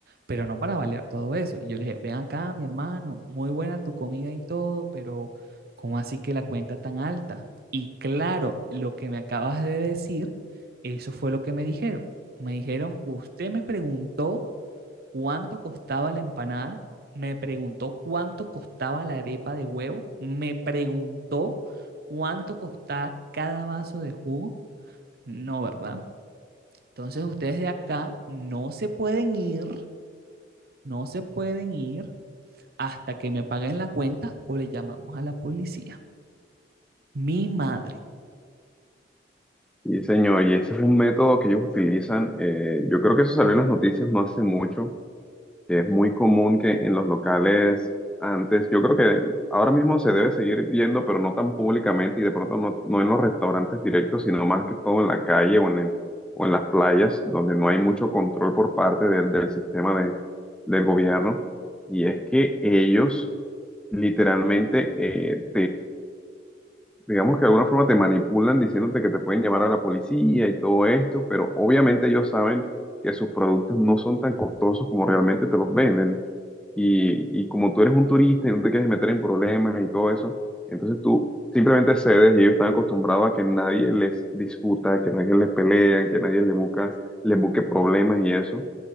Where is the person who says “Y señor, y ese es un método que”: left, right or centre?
Centre